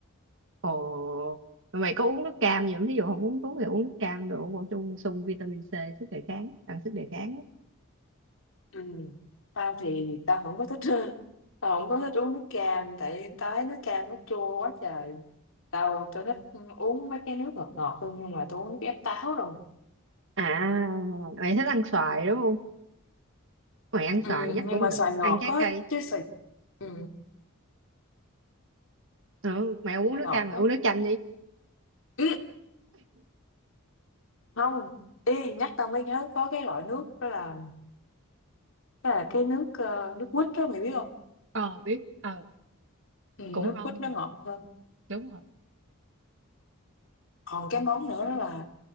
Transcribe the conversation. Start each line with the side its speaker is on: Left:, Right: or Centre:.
Right: ồ mà mày có uống nước cam gì không thí dụ không uống thuốc thì uống nước cam đồ bổ sung sung vitamin C sức đề kháng tăng sức đề kháng á.
Left: Ừ. tao thì tao không có thích <laughs> tao không có thích uống nước cam tại tao thấy nước cam nó chua quá trời tao tao thích uống mấy cái nước ngọt ngọt hơn nhưng mà tao uống nước ép táo rồi
Right: à mày thích ăn xoài đúng không mày ăn
Left: Ừ,
Right: xoài chắc
Left: nhưng
Right: cũng
Left: mà
Right: được
Left: xoài ngọt
Right: ăn trái
Left: có
Right: cây
Left: chứ xoài ừ.
Right: ừ, mày không uống
Left: xoài
Right: nước
Left: ngọt
Right: cam mày
Left: có.
Right: uống nước chanh đi
Left: Ừ. không ý nhắc tao mới nhớ có cái loại nước đó là Đó là cái nước ờ, nước quýt đó mày biết không
Right: Ờ biết, ờ
Left: ừ,
Right: cũng
Left: nước
Right: ngon
Left: quýt nó
Right: ngọt,
Left: ngọt hơn
Right: đúng rồi.
Left: còn cái món nữa đó là